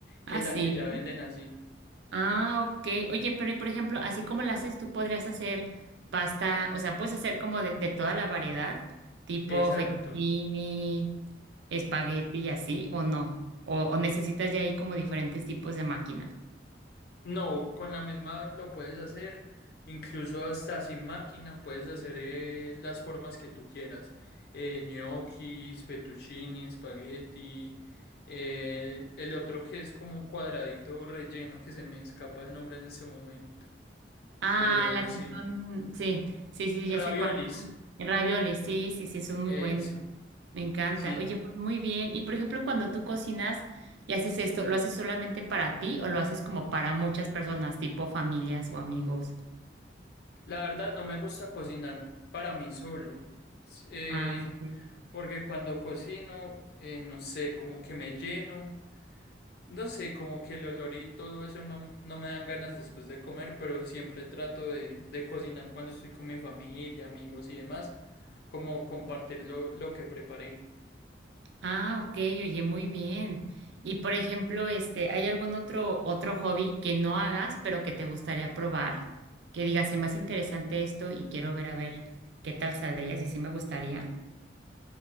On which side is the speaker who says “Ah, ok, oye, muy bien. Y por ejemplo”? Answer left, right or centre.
Right